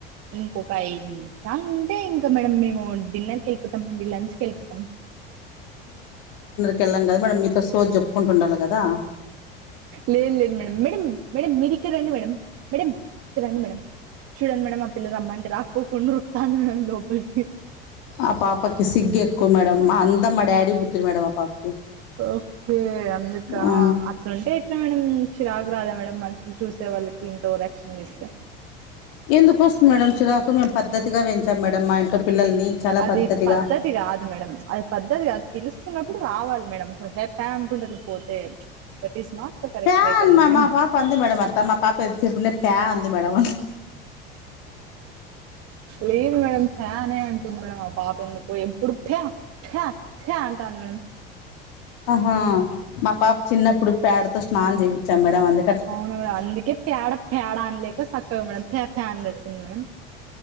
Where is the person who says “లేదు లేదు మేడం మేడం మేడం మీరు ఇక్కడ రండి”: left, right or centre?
Right